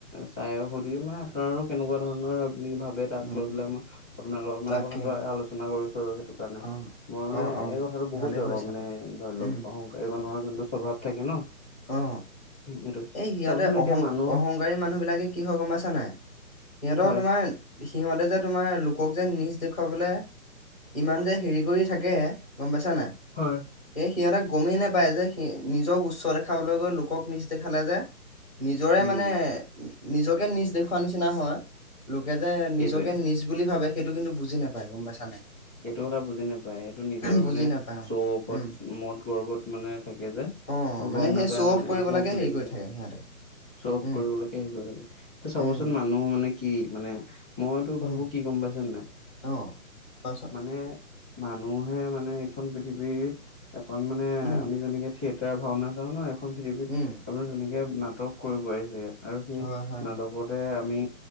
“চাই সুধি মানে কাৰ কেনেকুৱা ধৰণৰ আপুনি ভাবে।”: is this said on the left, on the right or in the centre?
Centre